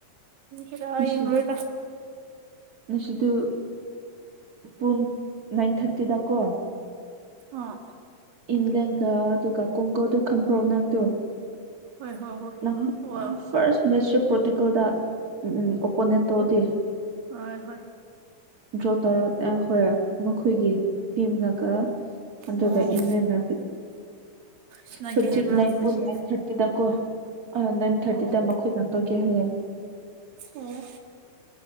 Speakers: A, on the right; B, on the right.
A: <unintelligible>
B: ꯉꯁꯤ
A: ꯌꯦꯡꯔꯣꯏꯗ
B: ꯉꯁꯤꯗꯨ ꯄꯨꯡ ꯅꯥꯏꯟ ꯊꯥꯔꯇꯤꯗꯀꯣ
A: ꯑꯥ
B: ꯏꯪꯂꯪꯂꯦꯟꯒ ꯑꯗꯨꯒ ꯀꯨꯡꯒꯣꯗꯨ ꯈꯟꯕ꯭ꯔꯣ ꯅꯪꯗꯨꯣ
A: ꯍꯣꯏ ꯍꯣꯏ ꯍꯣꯏ
B: ꯅꯍꯥꯛ
A: ꯑꯣ
B: ꯐꯥꯔꯁ ꯃꯦꯠꯁꯦ ꯄꯣꯔꯇꯨꯒꯜꯗ ꯎ ꯑꯣꯄꯣꯅꯦꯟ ꯇꯧꯗꯦ
A: ꯍꯣꯏ ꯍꯣꯏ
B: ꯗ꯭ꯔꯣ ꯇꯧꯔ <unintelligible> ꯍꯣꯏ ꯃꯈꯣꯏꯒꯤ ꯇꯤꯝꯅꯒ ꯑꯗꯨꯒ
A: ꯑꯣ
B: ꯏꯪꯂꯦꯟꯅ
A: ꯁꯥꯟꯅꯒꯦ
B: ꯍꯧꯖꯤꯛ
A: ꯍꯥꯏꯕ꯭ꯔꯥ
B: ꯅꯥꯏꯟꯄꯨ
A: ꯉꯁꯤ
B: ꯅꯥꯏꯟ ꯊꯥꯔꯇꯤꯗꯀꯣ ꯑ ꯅꯥꯏꯟ ꯊꯥꯔꯇꯤꯗ
A: ꯑꯣ ꯑꯣ
B: ꯃꯈꯣꯏꯅꯥꯛ ꯇꯧꯒꯦ ꯍꯥꯏꯌꯦ
A: ꯑꯣ